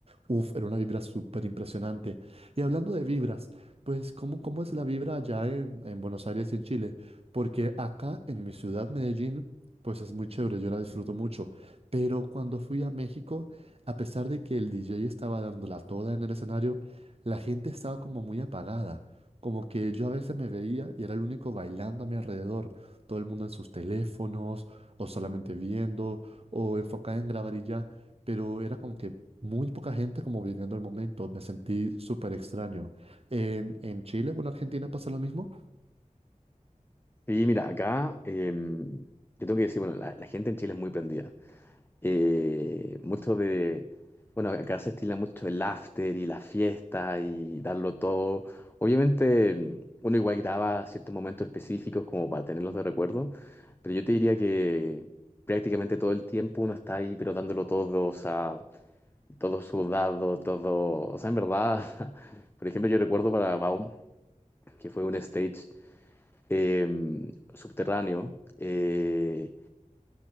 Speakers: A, on the right (about 45°); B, on the left (about 15°).
A: Uf, era una vibra súper impresionante. Y hablando de vibras, pues ¿cómo, cómo es la vibra allá en, en Buenos Aires y en Chile? Porque acá en mi ciudad, Medellín, pues es muy chévere, yo la disfruto mucho. Pero cuando fui a México, a pesar de que el DJ estaba dándola toda en el escenario, la gente estaba como muy apagada. Como que yo a veces me veía y era el único bailando a mi alrededor. Todo el mundo en sus teléfonos, o solamente viendo, o enfocada en grabar y ya. Pero era como que muy poca gente como viviendo el momento. Me sentí súper extraño. ¿En, en Chile o en Argentina pasa lo mismo?
B: y mira, acá em, yo tengo que decir, bueno, la, la gente en Chile es muy prendida. eh, mucho de, bueno, acá se estila mucho el after y la fiesta y darlo todo. Obviamente mm, uno igual graba ciertos momentos específicos como para tenerlos de recuerdo, pero yo te diría que prácticamente todo el tiempo uno está ahí, pero dándolo todo, o sea, todo sudado, todo, o sea, en verdad, <laughs> por ejemplo, yo recuerdo para Baum, que fue un stage em, subterráneo. eh,